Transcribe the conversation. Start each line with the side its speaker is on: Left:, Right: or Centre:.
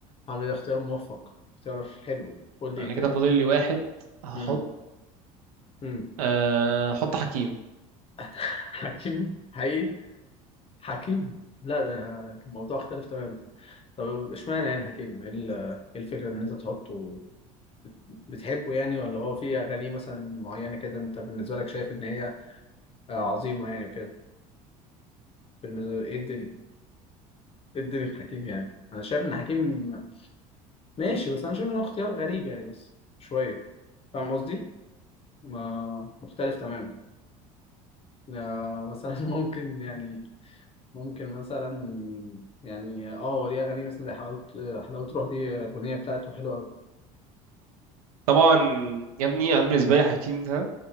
Left: عامل اختيار موفق اختيار حلو قول لي
Right: انا
Left: ايه تاني
Right: كده فاضل لي واحد هحط
Left: امم امم
Right: أه هحط حكيم
Left: <laughs> حكيم حقيقي حكيم لا ده الموضوع اختلف تماما طب اشمعنى يعني حكيم ايه ال- إيه الفكرة ان انت تحطه بت- بتحبه يعني ولا هو في اغاني مثلا معينة كده انت بالنسبة لك شايف ان هي آه، عظيمة يعني وكده بالنسبة ايه الدنيا ايه الدنيا في حكيم يعني انا شايف ان حكيم ماشي بس انا شايف ان هو اختيار غريب يعني بس شوية فاهم قصدي ما مختلف تماما آه، مثلا <laughs> ممكن يعني ممكن مثلا يعني اه ليه اغاني مثلا زي حلاوه حلاوه روح دي الاغنيه بتاعته حلوه قوي
Right: طبعا يا ابني أنا بالنسبه لي حكيم ده